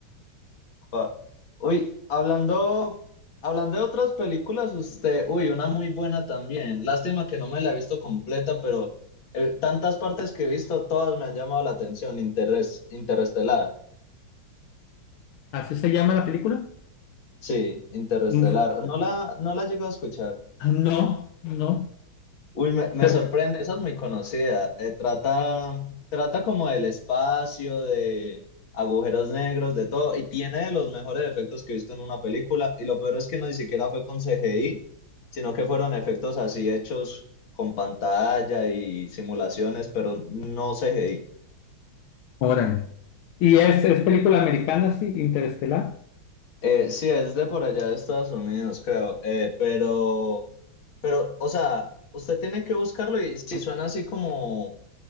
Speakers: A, on the left (about 70°); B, on the left (about 80°).
A: pa- Uy, hablando, hablando de otras películas, usted, uy, una muy buena también. Lástima que no me la he visto completa, pero eh, tantas partes que he visto, todas me han llamado la atención. Interes, Interestelar.
B: ¿Así se llama la película?
A: Sí, Interestelar.
B: In-
A: No la, no la he llegado a escuchar.
B: No, no.
A: Uy, me, me
B: Pe-
A: sorprende, esa es muy conocida. Eh, trata, trata como del espacio, de agujeros negros, de todo, y tiene de los mejores efectos que he visto en una película. Y lo peor es que no ni siquiera fue con CGI, sino que fueron efectos así hechos con pantalla y simulaciones, pero no CGI.
B: Órale. Y es, es película americana, sí, Interestelar.
A: Eh, sí, es de por allá de Estados Unidos, creo, eh, pero... Pero, o sea, usted tiene que buscarlo y si suena así como,